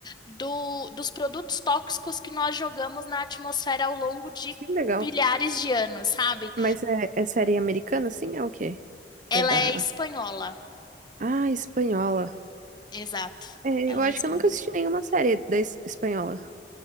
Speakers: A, on the left; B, on the right.
A: do- dos produtos tóxicos que nós jogamos na atmosfera ao longo de
B: Que legal.
A: milhares de anos, sabe?
B: Mas é, é série americana, sim? É o quê?
A: Ela
B: É da...
A: é espanhola.
B: Ah, espanhola.
A: Exato.
B: É,
A: Ela
B: eu acho
A: é espanhola.
B: que eu nunca assisti nenhuma série da es- espanhola.